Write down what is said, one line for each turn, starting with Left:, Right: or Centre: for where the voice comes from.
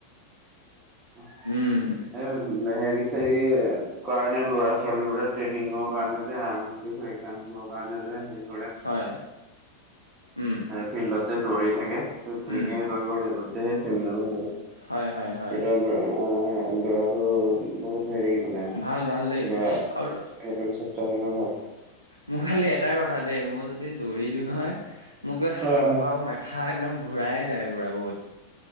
Right: সেই
Left: উম,
Right: হেৰি কাৰণে ল'ৰা ছোৱালী ট্ৰেইনিংৰ কাৰণে, কাৰণ হে
Left: হয়। উম,
Right: ফিল্ডতে দৌৰি থাকে, তেনেকে
Left: উম,
Right: দৌৰিব লাগিব তেতিয়াহে ষ্টেমিনা বাঢ়িব।
Left: হয়, হয়, হয়।
Right: এটো দৰা, দৰাটো বহুত হেৰি মানে
Left: ভাল ভাল দেই।
Right: দৌৰা
Left: আৰু
Right: সেইটো স্বাস্থ্যৰ কাৰণে ভাল।
Left: মোৰফালে এটাই কথা দেই, মই যদি দৌৰি দিওঁ নহয় মোক
Right: হয়
Left: হাওঁফাওঁ
Right: হয়।
Left: মেথা থা একদম ঘূৰাই যায় পুৰা বহুত।